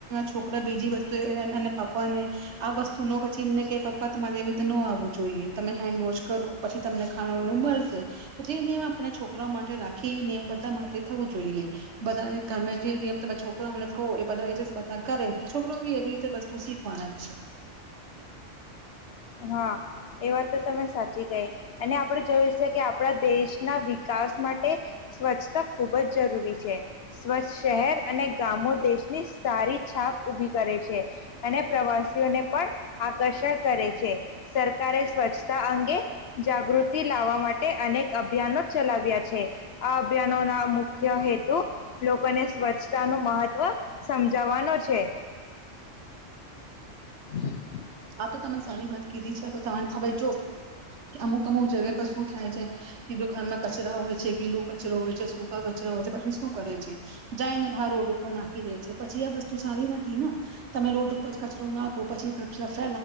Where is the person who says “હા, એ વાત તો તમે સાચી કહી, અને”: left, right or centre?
Left